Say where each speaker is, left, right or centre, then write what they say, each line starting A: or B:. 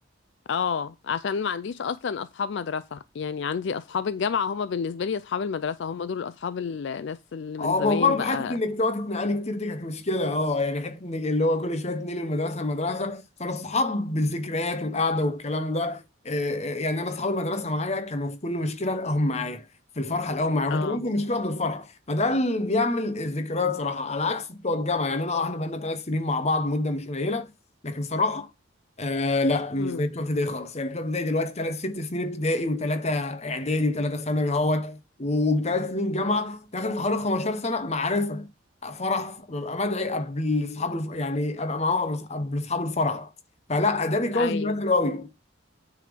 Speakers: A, on the left (about 65°); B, on the left (about 35°).
A: اه عشان ما عنديش اصلا اصحاب مدرسة يعني عندي اصحاب الجامعة هما بالنسبة لي اصحاب المدرسة هما دول اصحاب الناس اللي من
B: اه
A: زمان
B: ما هو برضه
A: بقى
B: حته انك تقعدي تنقلي كتير دي كانت مشكله اه يعني حته انك اللي هو كل شويه تنقلي المدرسه المدرسه فالصحاب بالذكريات والقعده والكلام ده آه، آه، يعني انا اصحاب المدرسه معايا كانوا في كل مشكله الاقيهم معايا في الفرحه الاقيهم معايا
A: اه
B: كنت ممكن مشكله قبل الفرح فده اللي بيعمل الذكريات صراحه على عكس بتوع الجامعه يعني انا اه احنا بقالنا ثلاث سنين مع بعض مده مش قليله لكن صراحه آه لا مش
A: امم
B: زي بتوع ابتدائي خالص يعني بتوع ابتدائي دلوقتي ثلاث ست سنين ابتدائي وثلاثه اعدادي وثلاثه ثانوي اهوت وثلاث سنين جامعه داخل في حوالي 15 سنه معرفه فرح ببقى مدعي قبل اصحاب الف... يعني ابقى معاهم قبل قبل اصحاب الفرح فلا ده بيكون
A: ايوه
B: ذكريات حلوه قوي